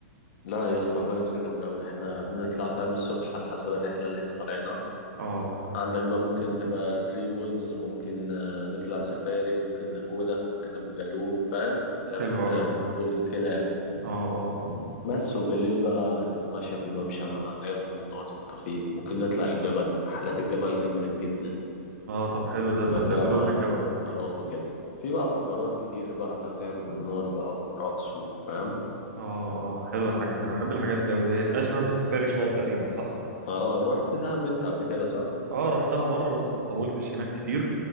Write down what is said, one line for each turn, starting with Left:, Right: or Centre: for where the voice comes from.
Left: لا يا اسطى الفايبس جامدة أوي احنا بنطلع فاهم الصبح على حسب الرحلة اللي احنا طالعينها
Right: اه
Left: عندك بقى ممكن تبقى ثري وولز ممكن آه، نطلع سفاري ممكن لاجونا ممكن أبو جالوم فاهم بلاك
Right: حلو قوي
Left: آه، بلو هول كده يعني
Right: اه اه
Left: بس وبالليل بقى تتمشى في الممشى ناكل نقعد في الكافيه ممكن نطلع الجبل رحلات الجبل جامدة جدا
Right: اه طب حلو ده
Left: بقى
Right: ده
Left: فيها
Right: بيعملوا
Left: بقى
Right: ايه في الجبل
Left: فقرات وكده في بقى فقرات كتير بقى فاهم لعب بالنار بقى ورقص فاهم
Right: اه اه حلوة الحاجات دي انا بحب الحاجات دي قوي زي اشبه بالسفاري شوية تقريبا صح
Left: اه رحت دهب انت قبل كده صح؟
Right: اه رحتها مرة بس ما طولتش هناك كتير